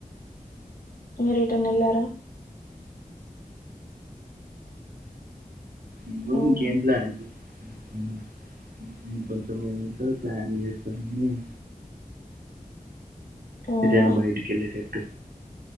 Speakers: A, on the left; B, on the right.
A: మీరు ఎటైనా వెళ్ళారా
B: ఉమ్
A: అవును
B: ఇంకేం ప్లాన్ ఉమ్ ఇంకొన్ని మనతో ప్లాన్ చే ఉమ్
A: అవునా
B: ఎటైనా బయటికి వెళ్ళేటట్టు